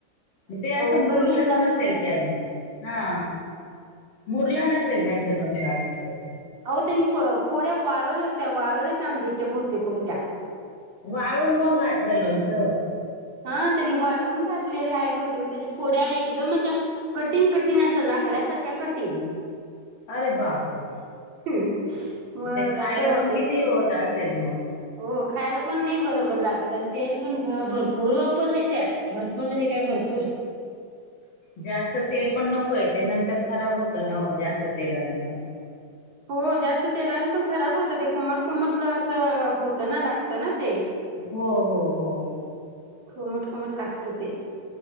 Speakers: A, on the left; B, on the right.
A: म ते असं
B: उगच
A: मुरलंच
B: घेतलं असं
A: नसेल त्यानी हा. मुरल नसेल त्यांच लोणच अजुण ते.
B: अहो त्यांनी प फोड्या वाळवल्या होत्या वाळवल्यात ना आंब्याच्या भोवते कोणत्या.
A: वाळून मग घातलं लोणचं.
B: हा त्यांनी वाळवून घातलेले आहे बहुते होते त्याच्या फोड्या एकदम अशा. कटिंग कटीण असं लाकड्यासारख्या कटीण.
A: अरे बापरे!
B: <inaudible>
A: ते खायला
B: असं होते.
A: पण किती होत असेल मग.
B: हो खायला पण नाही बरोबर लागत, आणि तेल पण भ भरपूर वापरलय त्यात. भरपूर म्हणजे काय? भरपूर.
A: जास्त तेल पण नकोय, ते नंतर खराब होतं न हो जास्त तेलाने पण.
B: हो, जास्त तेलान पण खराब होतं ते कुमट म्हटल असं होतं ना, लागत ना ते.
A: हो हो हो
B: खोमट, खोमट लागत ते.